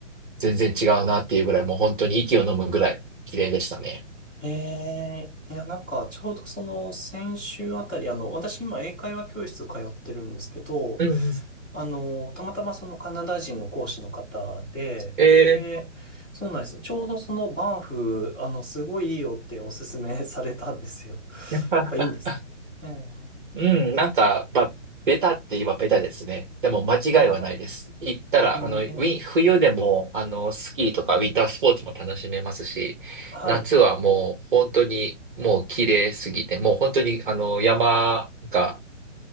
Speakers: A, on the right; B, in the centre.
A: 全然違うなっていうぐらい、もう本当に息を飲むぐらい綺麗でしたね。
B: ええ、いや、なんか、ちょうどその、先週あたり、あの、私今、英会話教室通ってるんですけど、
A: うんうん。
B: あの、たまたまそのカナダ人の講師の方で、
A: え
B: で、そうなんです。ちょうどそのバンフ、あの、すごいいいよっておすすめ <laughs> されたんですよ。
A: ー、<laughs>
B: やっぱいいんです。ええ、
A: うん、なんか、まあ、ベタって言えばベタですね。でも間違いはないです。
B: あ
A: 行ったら、
B: あ、ええ、
A: あの、ウィン、冬でも、あの、スキーとかウィンタースポーツも楽しめますし、
B: はい。
A: 夏はもう本当にもう綺麗すぎて、もう本当にあの、山が